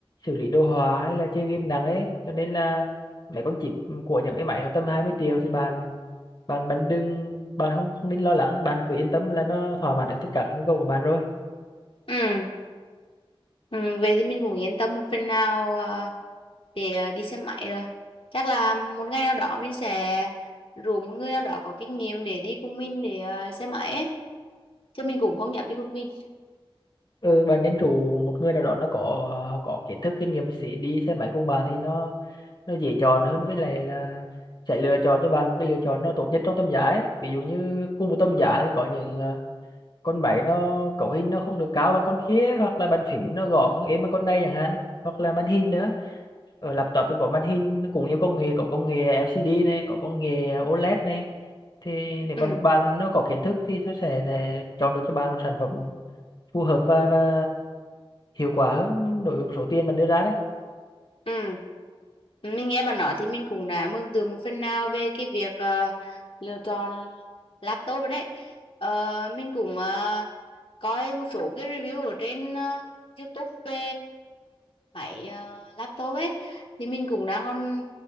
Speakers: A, on the left; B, on the left.
A: xử lý đồ họa hay là chơi game nặng ấy cho nên là mấy con chip của những cái máy mà tầm 20 triệu thì bạn bạn bạn đừng bạn không không nên lo lắng bạn cứ yên tâm là nó thỏa mãn được tất cả các nhu cầu của bạn rồi
B: ừ. ừ. về thì mình cũng yên tâm một phần nào ờ, để ờ, đi xem máy rồi chắc là một ngày nào đó mình sẽ rủ một người nào đó có kinh nghiệm để đi cùng mình để ờ, xem máy ấy chứ mình cũng không dám đi một mình
A: Ừ, bạn nên rủ một người nào đó nó có họ có kiến thức kinh nghiệm một xí đi xe máy cùng bạn thì nó nó dễ chọn hơn với lại là sẽ lựa chọn cho bạn một cái lựa chọn nó tốt nhất trong tầm giá ấy. Ví dụ như cùng một tầm giá thì có những ờ, con máy nó cấu hình nó không được cao bằng con kia hoặc là bàn phím nó gõ không êm bằng con này chẳng hạn hoặc là màn hình nữa ở laptop thì có màn hình nó cũng nhiều công nghệ có công nghệ LCD này có công nghệ OLED này thì nếu
B: ừ.
A: mà một bạn nó có kiến thức thì nó sẽ này, chọn được cho bạn một sản phẩm phù hợp và và hiệu quả hơn đối với một số tiền bạn đưa ra đấy
B: Ừ. Mình nghe bạn nói thì mình cũng đã mường tượng một phần nào về cái việc ờ, lựa chọn laptop rồi đấy. Ờ, mình cũng ờ, coi một số cái review ở trên ờ, YouTube về máy ờ, laptop ấy thì mình cũng đang còn